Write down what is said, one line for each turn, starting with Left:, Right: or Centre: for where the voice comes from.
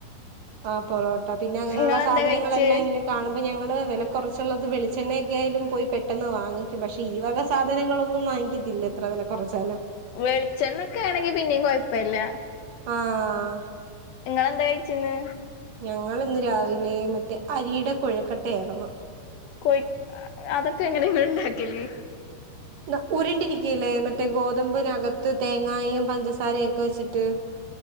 Right: ആ പൊറോട്ട പിന്നെ അങ്ങനെയുള്ള
Left: ഇങ്ങളെന്താ
Right: സാധനങ്ങളെല്ലാം
Left: കഴിച്ച്
Right: ഇങ്ങനെ കാണുമ്പം ഞങ്ങള് വില കുറച്ചുള്ളത് വെളിച്ചെണ്ണയൊക്കൊയാലും പോയി പെട്ടെന്ന് വാങ്ങിക്കും പക്ഷെ ഈ വക സാധനങ്ങളൊന്നും വാങ്ങിക്കത്തില്ല എത്ര വില കുറച്ചാലും
Left: വെളിച്ചെണ്ണ ഒക്കെ ആണെങ്കി പിന്നെയും കുയപ്പല്ല
Right: ആഹ്
Left: ഇങ്ങളെന്താ കഴിച്ച് ഇന്ന്
Right: ഞങ്ങള് ഇന്ന് രാവിലെ മറ്റേ അരിയുടെ കുഴക്കട്ട യാര്ന്നു
Left: കുഴ അതൊക്കെ എങ്ങനെ ഇങ്ങള് ഇണ്ടാക്കല്
Right: ങ്ങ ഉരുണ്ടിരിക്കല്ലേ മറ്റേ ഗോതമ്പ് നകത്ത് തേങ്ങായും പഞ്ചസാരയും ഒക്കെ വെച്ചിട്ട്